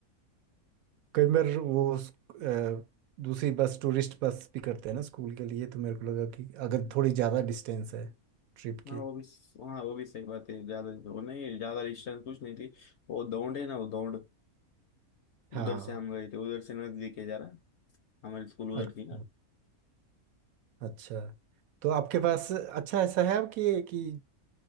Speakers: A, on the right; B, on the left.
A: कई बार वो उस- अ, दूसरी बस टूरिस्ट बस भी करते हैं ना स्कूल के लिए तो मेरे को लगा कि अगर थोड़ी ज़्यादा डिस्टेंस है ट्रिप
B: हाँ
A: की
B: वो भी हाँ वो भी सही बात है ज्यादा वो नहीं ज्यादा डिस्टेंस कुछ नहीं थी वो दौड़ है ना वो दौड़
A: हाँ
B: उधर से हम गए थे उधर से नजदीक है जरा हमारी स्कूल
A: अच्छा
B: उधर थी ना
A: अच्छा तो आपके पास अच्छा ऐसा है कि कि